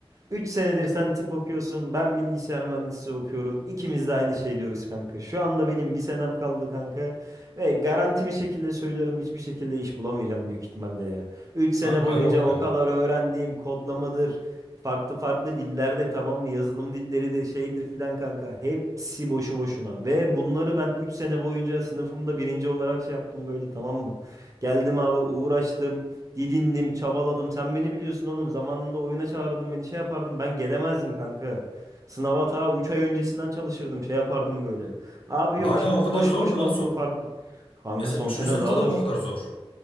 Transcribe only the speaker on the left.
Kanka
yok
ya.
Hala
o kadar
zor
mu lan?
So-
Mesela
üçüncü
sınıfta
da
mı o kadar zor?